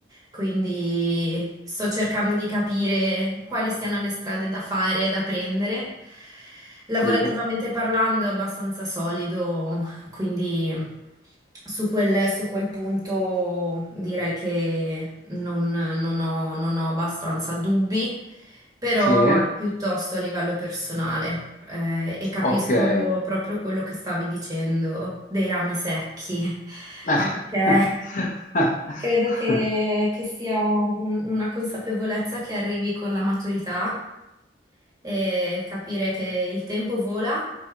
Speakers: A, on the right; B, on the left.
A: Quindi sto cercando di capire quali siano le strade da fare e da prendere. Lavorativamente
B: Sì,
A: parlando è abbastanza solido, quindi su quel, su quel punto direi che non, non ho, non ho abbastanza dubbi, però
B: sì,
A: è piuttosto a livello personale. eh, e capisco
B: ok. Eh.
A: proprio quello che stavi dicendo dei rami secchi, <laughs>
B: <laughs>
A: perché credo che, che sia un- una consapevolezza che arrivi con la maturità e capire che il tempo vola